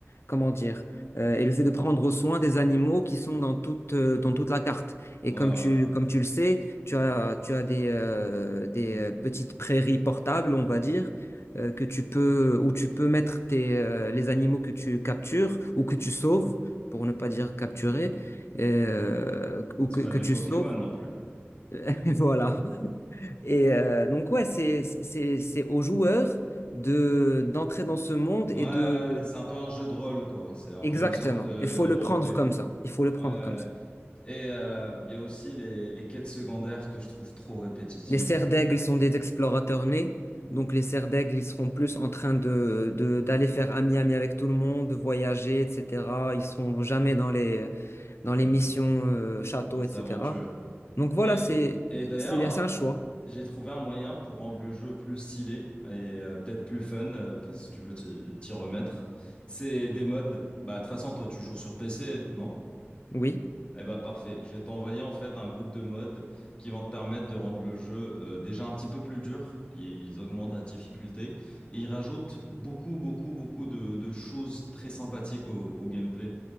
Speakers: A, on the left (about 65°); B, on the left (about 25°).
A: comment dire, euh, et le fait de prendre soin des animaux qui sont dans toute, euh, dans toute la carte. Et
B: ouais,
A: comme
B: ouais.
A: tu, comme tu le sais, tu as, tu as des, euh, des euh, petites prairies portables, on va dire. euh, que tu peux, où tu peux mettre tes, euh, les animaux que tu captures ou que tu sauves, pour ne pas dire capturer, euh, ou
B: C'est
A: que,
B: pas
A: que
B: des
A: tu
B: Pokémon
A: sauves.
B: non plus.
A: <laughs> Voilà. Et euh, donc, ouais, c'est, c'est, c'est aux joueurs de, d'entrer dans ce monde
B: Ouais,
A: et
B: ouais,
A: de...
B: c'est un peu un jeu de rôle, quoi. C'est un peu
A: Exactement.
B: une sorte de,
A: Il faut
B: de roleplay.
A: le prendre comme ça. Il faut le
B: Ouais,
A: prendre
B: ouais. ouais.
A: comme ça.
B: Et euh, il y a aussi les, les quêtes secondaires que je trouve trop répétitives.
A: Les cerfs d'aigle sont des explorateurs nés. Donc, les cerfs d'aigle, ils seront plus en train de, de- d'aller faire ami-ami avec tout le monde, de voyager, etc. Ils seront jamais dans les,
B: Ouais,
A: dans les missions euh, château,
B: ils
A: etc.
B: s'aventurent.
A: Donc, voilà,
B: Et,
A: c'est,
B: et d'ailleurs,
A: c'est, c'est un choix.
B: j'ai trouvé un moyen pour rendre le jeu plus stylé et euh, peut-être plus fun, euh, parce que si tu veux t'y t'y remettre. C'est des mods. Bah, de toute façon, toi, tu joues sur PC, non?
A: Oui.
B: Eh bah parfait, je vais t'envoyer en fait un groupe de mods qui vont te permettre de rendre le jeu euh, déjà un petit peu plus dur. Ils ils augmentent la difficulté et ils rajoutent beaucoup, beaucoup, beaucoup de, de choses très sympathiques au, au gameplay.